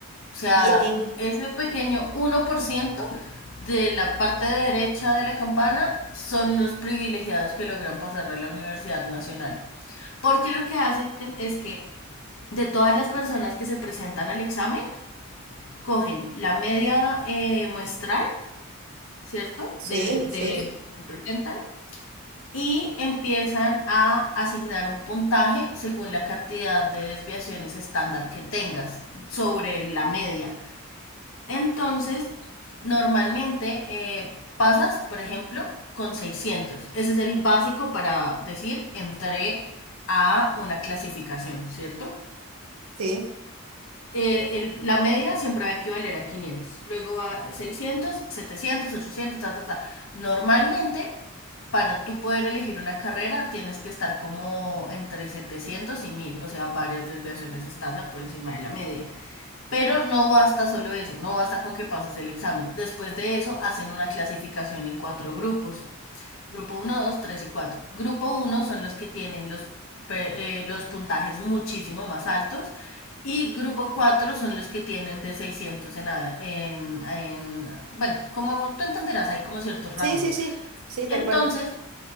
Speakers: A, on the left; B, on the right.
A: O sea,
B: Y en...
A: ese pequeño uno por ciento de la parte derecha de la campana son los privilegiados que logran pasar a la Universidad Nacional. Porque lo que hacen es que de todas las personas que se presentan al examen, cogen la media eh, muestral, ¿cierto?
B: Sí,
A: De, de
B: sí,
A: lo que se presentan y empiezan a asignar un puntaje según la cantidad de desviaciones estándar que tengas sobre la media. Entonces, normalmente eh, pasas, por ejemplo, con 600. Ese es el básico para decir entré a una clasificación, ¿cierto?
B: sí.
A: Eh, el- la media siempre va a equivaler a 500. Luego a 600, 700, 800, ta, ta, ta. Normalmente, para tú poder elegir una carrera, tienes que estar como entre 700 y 1000, o sea, varias desviaciones estándar por encima de la media. Pero no basta solo eso, no basta con que pases el examen. Después de eso hacen una clasificación en cuatro grupos. Grupo uno dos 3 y cuatro Grupo uno son los que tienen los, eh, los puntajes muchísimo más altos y grupo 4 son los que tienen de 600 en, en, en bueno, como tú entenderás, hay como ciertos rangos.
B: Sí, sí, sí. Sí, tal
A: Entonces,
B: cual.